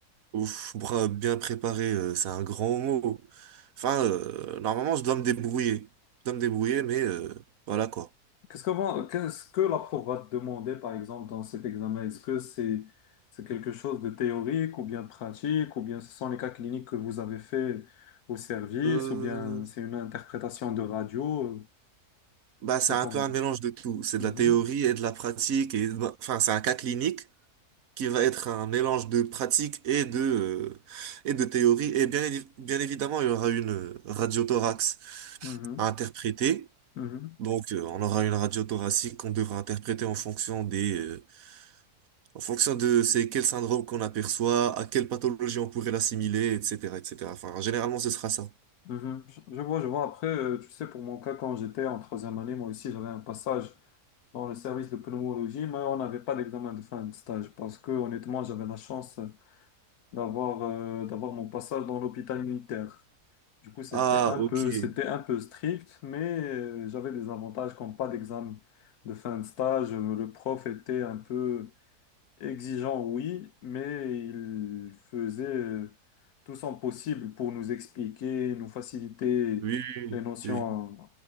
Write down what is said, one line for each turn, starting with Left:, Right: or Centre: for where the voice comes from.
Right: Ouf, bra- bien préparé, euh, c'est un grand mot. Enfin, euh, normalement, je dois me débrouiller. Je dois me débrouiller, mais euh, voilà quoi.
Left: Qu'est-ce que, va- qu'est-ce que la prof va te demander, par exemple, dans cet examen? Est-ce que c'est c'est quelque chose de théorique ou bien pratique, ou bien ce sont les cas cliniques que vous avez fait au service,
Right: Euh,
Left: ou bien c'est une interprétation de radio? euh,
Right: bah, c'est
Left: C'est
Right: un
Left: comment?
Right: peu un mélange de tout. C'est
Left: Mhm,
Right: de la théorie et de la pratique. Et, bah, enfin, c'est un cas clinique qui va être un mélange de pratique et de, euh, et de théorie. Et bien, évi- bien évidemment, il y aura une euh, radiothorax
Left: mhm,
Right: à interpréter.
Left: mhm,
Right: Donc, euh, on aura une radio thoracique qu'on devra interpréter en fonction des, euh, En fonction de c'est quel syndrome qu'on aperçoit, à quelle pathologie on pourrait l'assimiler, etc., etc. Enfin, généralement, ce sera ça.
Left: mhm. Je je vois, je vois. Après, euh, tu sais, pour mon cas, quand j'étais en troisième année, moi aussi, j'avais un passage dans le service de pneumologie, mais on n'avait pas d'examen de fin de stage parce que, honnêtement, j'avais la chance. d'avoir euh, d'avoir mon passage dans l'hôpital militaire. Du coup, c'était
Right: Ah,
Left: un
Right: ok.
Left: peu, c'était
Right: Oui,
Left: un peu strict, mais euh, j'avais des avantages comme pas d'examen de fin de stage. euh, Le prof était un peu Exigeant, oui, mais il faisait euh, tout son possible pour nous expliquer, nous faciliter
Right: oui,
Left: les notions
Right: oui.
Left: euh,